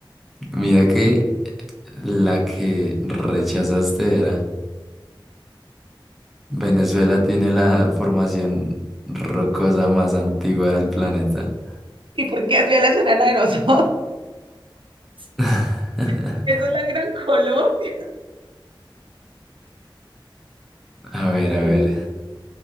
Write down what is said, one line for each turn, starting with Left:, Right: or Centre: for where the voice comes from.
Centre: Mira que la que rechazaste era Venezuela tiene la formación rocosa más antigua del planeta.
Right: ¿Y por qué si Venezuela era de nosotros? <laughs>
Centre: <laughs>
Right: Eso es la Gran Colombia.
Centre: A ver, a
Right: <laughs>
Centre: ver.